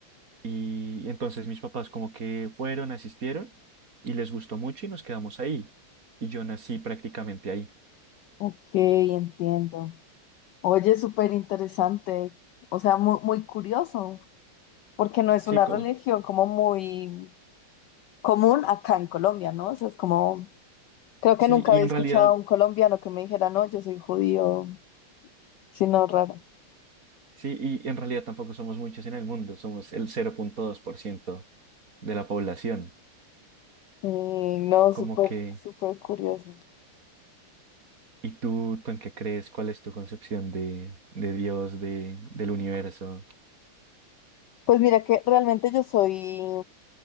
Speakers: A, on the right; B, on the left.
A: Y entonces mis papás como que fueron, asistieron y les gustó mucho y nos quedamos ahí. Y yo nací prácticamente ahí.
B: ok, entiendo. Oye, súper interesante, o sea, muy, muy curioso, porque no es
A: Sí,
B: una
A: como-
B: religión como muy común acá en Colombia, ¿no? O sea, es como, creo que
A: sí,
B: nunca
A: y
B: había
A: en
B: escuchado
A: realidad,
B: a un colombiano que me dijera, no, yo soy judío, sino raro.
A: sí, y en realidad tampoco somos muchos en el mundo, somos el cero punto dos por ciento de la población.
B: Sí, no,
A: Como
B: súper,
A: que
B: súper curioso.
A: ¿Y tú, tú en qué crees? ¿Cuál es tu concepción de, de Dios, de, del universo?
B: Pues mira que realmente yo soy